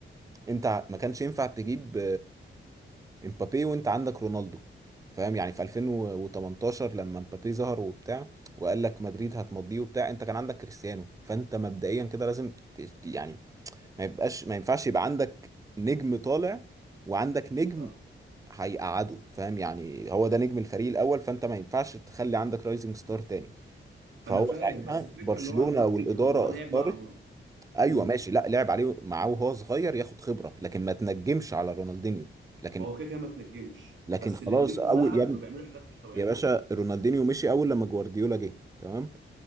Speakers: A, on the right; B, on the right.
A: انت ما كانش ينفع تجيب امبابي وانت عندك رونالدو فاهم يعني في 2018 لما امبابي ظهر وبتاع وقال لك مدريد هتمضيه وبتاع انت كان عندك كريستيانو فانت مبدئيا كده لازم ت- ت- يعني ما يبقاش ما ينفعش يبقى عندك نجم طالع وعندك نجم
B: صح
A: هيقعده فاهم يعني هو ده نجم الفريق الاول فانت ما ينفعش تخلي عندك رايزنج ستار تاني فهو
B: انا فاهم
A: ساعتها
B: بس الفكره
A: برشلونة
B: ان هو
A: والاداره
B: افهم هو لعب
A: اختارت
B: مع
A: ايوه
B: امم
A: ماشي لا لعب عليه معاه وهو صغير ياخد خبره لكن ما تنجمش على رونالدينيو لكن
B: هو كده كده ما تنجمش
A: لكن
B: بس
A: خلاص
B: الاتنين
A: قوي
B: في الملعب
A: يا
B: كانوا بيعملوا حاجات مش طبيعيه
A: يا باشا رونالدينيو مشي اول لما جوارديولا جه تمام